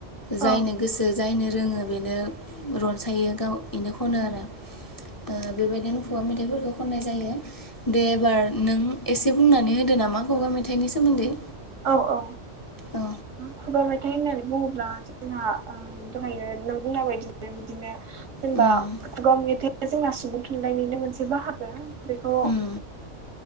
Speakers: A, on the right; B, on the left.
A: मेथाइ
B: जायनो गोसो जायनो रोङो बेनो रनसायो गाव इनो खनो आरो ओ बेबायदिनो खुगा मेथाइफोरखौ खननाय जायो दे एबार नों एसे बुंनानै होदो नामा खुगा मेथाइनि सोमोन्दै।
A: औ औ ओ
B: औ
A: खुगा मेथ मेथाइ होननानै बुङोब्ला जोंहा ओ दहायो नों बुंनाय बायदिनो बिदिनो जेनेबा
B: उम
A: खुगा मेथाइया जोंना सुबुं थुनलाइनिनो मोनसे बाहागो। बेखौ
B: उम